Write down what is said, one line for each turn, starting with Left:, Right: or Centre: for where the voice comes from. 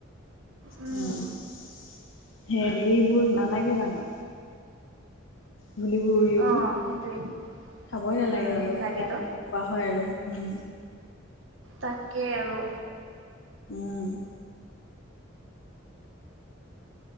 Right: উম,
Left: সেই ধুলিবোৰ নালাগে জানো? ধূলিবোৰ উৰি উৰি
Right: অ সেইটোৱে।
Left: খাবই
Right: উম,
Left: নালাগে
Right: উম,
Left: বাৰু এতিয়া
Right: লাগেতো
Left: আমাৰ খোৱা হয় আৰু, উম।
Right: তাকে আৰু।
Left: উম।